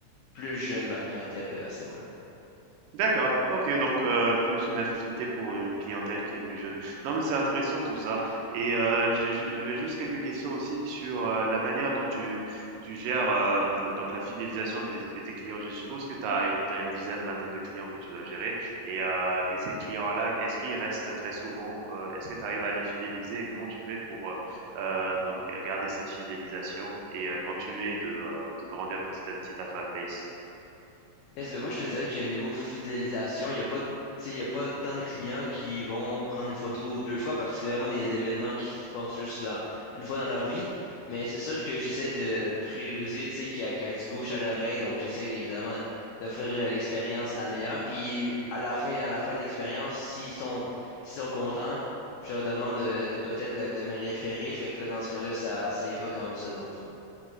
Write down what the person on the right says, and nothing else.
D'accord, OK, donc heu, plus une affinité pour une clientèle qui est plus jeune. Non, mais c'est intéressant tout ça et heu, j'ai ju j'avais juste quelques questions aussi sur, heu, la manière dont tu tu gères, hem, donc la fidélisation des de tes clients. Je suppose que tu as une dizaine, vingtaine de clients que tu dois gérer et heu et ces clients-là, est-ce qu'ils restent très souvent? Heu, est-ce que tu arrives à les fidéliser et comment tu fais pour, heu heu, donc garder cette fidélisation et heu, continuer de, heu, de grandir petit à petit ta fanbase?